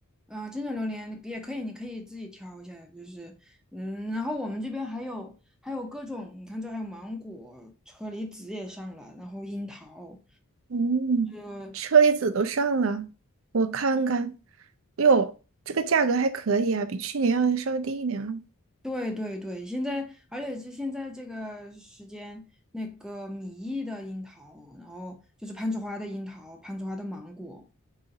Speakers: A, in the centre; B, on the right.
A: 啊、真的榴莲也可以，你可以自己挑一下，就是，嗯，然后我们这边还有还有各种，你看这还有芒果、车厘子也上了，然后樱桃，
B: 嗯，
A: 这个
B: 车厘子都上了，我看看，哟，这个价格还可以啊，比去年要稍微低一点啊。
A: 对对对，现在而且是现在这个时间，那个米易的樱桃，然后就是攀枝花的樱桃、攀枝花的芒果，